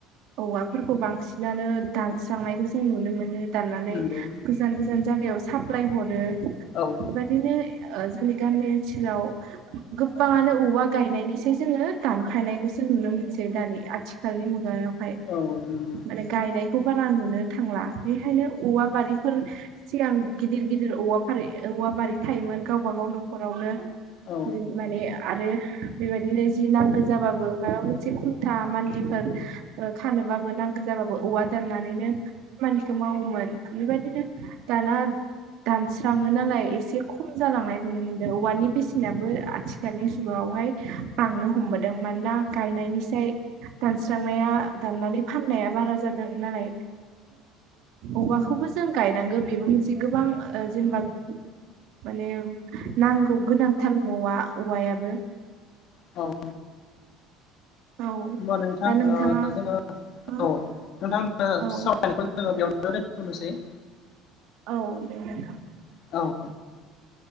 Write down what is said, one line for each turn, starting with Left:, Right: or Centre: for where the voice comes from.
Right: औवाफोरखौ बांसिन बिदिनो दानस्रांनायखौ जों नुनो मोनो दाननानै
Left: नंगौ
Right: गोजान गोजान जायगायाव साप्लाय हरो।
Left: औ-
Right: बिदिनो जोंनि गामि ओनसोलाव- गोबाङानो औवा गायनायनिसै जोङो दानफायनायखौसो नुनो मोनसै दानि आथिखाल- दानि मुगायाव हाय।
Left: औ-
Right: माने गायनायखौ बारा नुनो थांला बेखायनो औवा बारिफोर- सिगां गिदिर-गिदिर औवा फारि औवा बारि थायोमोन गावबा गाव न'खरावनो।
Left: औ
Right: बि माने आरो बेबायदिनो जि नांगौ जाबाबो माबा मोनसे खुन्था मानलिफोर खानोबाबो नांगौ। जाबाबो औवा दाननानैनो खामानिखौ मावोमोन बेबायदिनो दाना दानस्राङो नालाय एसे खम जालांनाय नुनो मोनदों औवानि बेसेनाबो आथि दानि जुगायावहाय बांनो हमबोदों मानोना गायनायनिफ्राय दानस्रांनाया दाननानै फाननाया बारा जादों नालाय। औवाखौबो जों गायनांगौ बेबो मोनसे गोबां ओ जेनेबा माने नांगौ गोनांथार औवा, औवायाबो
Left: औ
Right: औ
Left: होनबा नोंथां
Right: दा नोंथाङा
Left: ओ जोङो
Right: हो
Left: औ नोंथां
Right: औ
Left: सावरायनायखौ जोङो बेयावनो दोनथ'नोसै।
Right: औ दे नोंथां।
Left: औ